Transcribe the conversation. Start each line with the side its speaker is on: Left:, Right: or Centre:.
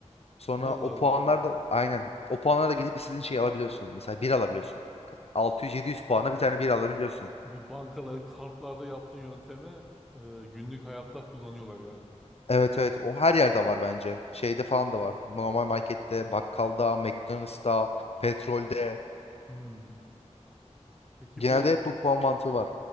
Left: Sonra
Centre: Allah
Left: o
Centre: Allah.
Left: puanlar da aynen o puanlarla gidip istediğin şeyi alabiliyorsun. Mesela bir alabiliyorsun. 600-700 puana bir tane bir alabiliyorsun.
Centre: Bu bankaların kartlarda yaptığı yöntemi e, günlük hayatta kullanıyorlar yani.
Left: Evet evet o her yerde var bence. Şeyde falan da var. Normal markette, bakkalda, McDonald's'ta, petrolde.
Centre: Hmm. Peki
Left: Genelde
Centre: bu
Left: hep bu puan mantığı var.